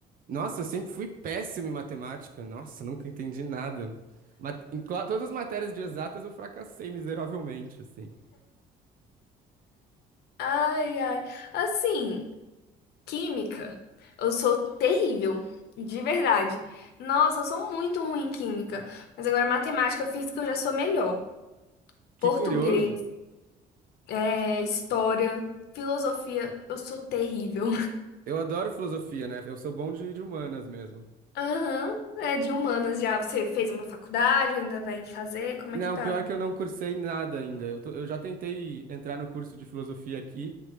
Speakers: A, on the right (about 55°); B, on the left (about 75°).
A: Nossa, eu sempre fui péssimo em matemática. Nossa, nunca entendi nada. Mat- em cla- todas as matérias de exatas eu fracassei miseravelmente, assim.
B: Ai, ai. Assim. Química, eu sou terrível, de verdade. Nossa, eu sou muito ruim em química. Mas agora matemática, física eu já sou melhor.
A: Que
B: Português,
A: curioso.
B: é, história, filosofia, eu sou terrível.
A: Eu adoro filosofia, né? Eu sou bom de de humanas mesmo.
B: <laughs> Aham, é de humanas já. Você fez uma faculdade, ou ainda vai fazer? Como
A: Não,
B: é que tá?
A: pior que eu não cursei nada ainda. Eu, tô- eu já tentei entrar no curso de filosofia aqui,